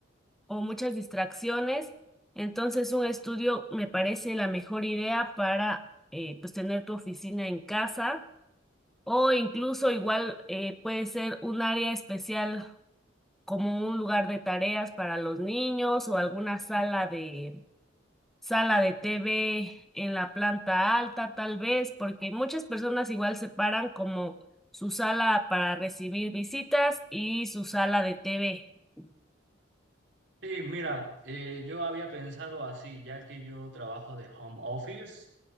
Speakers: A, in the centre; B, on the right (about 75°).
A: o muchas distracciones. Entonces, un estudio me parece la mejor idea para eh, pues tener tu oficina en casa o incluso igual eh, puede ser un área especial como un lugar de tareas para los niños o alguna sala de sala de TV en la planta alta, tal vez, porque muchas personas igual separan como su sala para recibir visitas y su sala de TV.
B: Sí, mira, eh, yo había pensado así, ya que yo trabajo de home office,